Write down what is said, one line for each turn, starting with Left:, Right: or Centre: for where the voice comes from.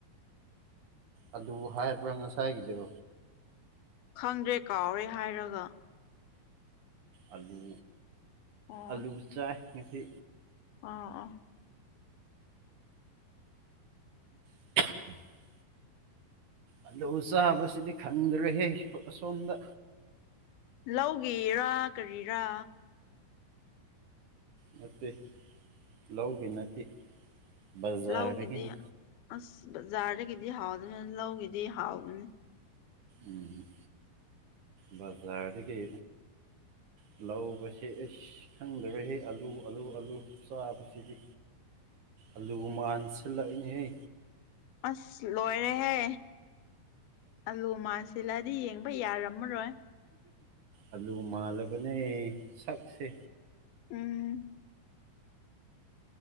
Right: ꯑꯜꯂꯨ ꯍꯥꯏꯕ꯭ꯔꯥ ꯉꯁꯥꯏꯒꯤꯗꯨ
Left: ꯈꯪꯗ꯭ꯔꯦ ꯀꯥꯎꯔꯦ ꯍꯥꯏꯔꯒ
Right: ꯑꯂꯨ
Left: ꯑꯣ
Right: ꯑꯂꯨ ꯆꯥꯏ ꯉꯥꯁꯤ
Left: ꯑꯥ ꯑꯥ
Right: <unintelligible> ꯑꯗꯨ ꯆꯥꯕꯁꯤꯗꯤ ꯈꯪꯗ꯭ꯔꯍꯦ ꯑꯁꯣꯝꯗ
Left: ꯂꯧꯒꯤꯔꯥ ꯀꯔꯤꯔꯥ
Right: ꯅꯠꯇꯦ ꯂꯧꯒꯤ ꯅꯠꯇꯦ ꯕꯖꯥꯔꯗꯒꯤꯅꯤ
Left: ꯂꯧꯒꯤꯗꯤ ꯑꯁ ꯕꯖꯥꯔꯗꯒꯤꯗꯤ ꯍꯥꯎꯗꯅ ꯂꯧꯒꯤꯗꯤ ꯍꯥꯎꯕꯅꯤ
Right: ꯎꯝ ꯕꯖꯔꯗꯒꯤ ꯍꯂꯣ ꯑꯁꯤ ꯑꯩꯁ ꯈꯪꯗꯔꯦꯍꯦ ꯑꯜꯂꯨ ꯑꯜꯂꯨ ꯑꯜꯂꯨ ꯆꯥꯕꯁꯤꯗꯤ ꯑꯜꯂꯨ ꯃꯥꯟꯁꯤꯜꯂꯛꯏꯅꯦꯍꯦ
Left: ꯑꯁ ꯂꯣꯏꯔꯦꯍꯦ ꯑꯂꯨ ꯃꯥꯥꯟꯁꯤꯜꯑꯗꯤ ꯌꯦꯡꯕ ꯌꯥꯔꯣꯏ ꯑꯃꯔꯣꯏ
Right: ꯑꯂꯨ ꯃꯥꯜꯂꯕꯅꯦ ꯁꯛꯁꯦ
Left: ꯎꯝ